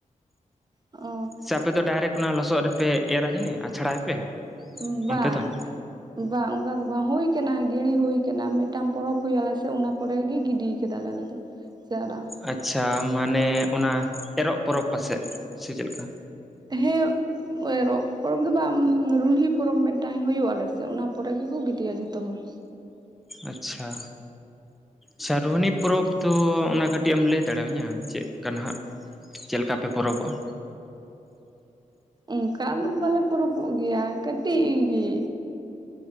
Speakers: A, on the right (about 30°); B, in the centre.
A: ᱚ
B: ᱥᱮ ᱟᱯᱮ ᱫᱚ ᱰᱟᱭᱨᱮᱠ ᱚᱱᱟ ᱞᱚᱥᱚᱫ ᱨᱮᱯᱮ ᱮᱨᱟ ᱡᱟᱹᱱᱤᱜ ᱟᱪᱷᱲᱟᱭᱟᱯᱮ?
A: ᱩᱸ
B: ᱚᱱᱛᱮ
A: ᱵᱟᱝ
B: ᱫᱚ
A: ᱾ ᱵᱟᱝ ᱚᱸᱠᱟ ᱫᱚ ᱵᱟᱝ ᱦᱩᱭ ᱠᱟᱱᱟ ᱜᱤᱲᱤ ᱦᱩᱭ ᱠᱟᱱᱟ ᱢᱤᱫᱴᱟᱝ ᱯᱚᱲᱚᱯ ᱦᱩᱭᱩᱜᱼᱟ ᱟᱞᱮ ᱥᱮᱫ ᱚᱱᱟ ᱯᱚᱨᱮ ᱜᱮ ᱜᱤᱰᱤ ᱟᱠᱟᱫᱟᱞᱮ ᱟᱞᱮ ᱫᱚ᱾ ᱪᱟᱨᱟ,
B: ᱟᱪᱪᱷᱟ, ᱢᱟᱱᱮ ᱚᱱᱟ ᱮᱨᱚᱜ ᱯᱚᱨᱚᱵᱽ ᱯᱟᱥᱮᱫ ᱥᱮ ᱪᱮᱫ ᱞᱮᱠᱟ?
A: ᱦᱮᱸ ᱩᱸ ᱮᱨᱚᱜ ᱯᱚᱨᱚᱵᱽ ᱫᱚ ᱵᱟᱸᱢ ᱨᱩᱱᱦᱤ ᱯᱚᱨᱚᱵᱽ ᱢᱤᱫᱴᱟᱝ ᱦᱩᱭᱩᱜᱼᱟ ᱟᱞᱮ ᱥᱮᱫ ᱚᱱᱟ ᱯᱚᱨᱮ ᱜᱮᱠᱚ ᱜᱤᱰᱤᱭᱟ ᱡᱷᱚᱛᱚ ᱦᱚᱲ᱾
B: ᱟᱪᱪᱷᱟ, ᱪᱷᱟ ᱨᱩᱦᱩᱱᱤ ᱯᱚᱨᱚᱵᱽ ᱫᱚ ᱚᱱᱟ ᱠᱟᱹᱴᱤᱡ ᱮᱢ ᱞᱟᱹᱭ ᱫᱟᱲᱮᱭᱟᱹᱧᱟᱹ ᱪᱮᱫ ᱠᱟᱱᱟ ᱦᱟᱸᱜ? ᱪᱮᱫ ᱞᱮᱠᱟ ᱯᱮ ᱯᱚᱨᱚᱵᱽ ᱚᱜ-ᱟ?
A: ᱚᱸᱠᱟ ᱫᱚ ᱵᱟᱞᱮ ᱯᱚᱨᱚᱯᱚᱜ ᱜᱮᱭᱟ ᱠᱟᱹᱴᱤᱜ ᱜᱤ,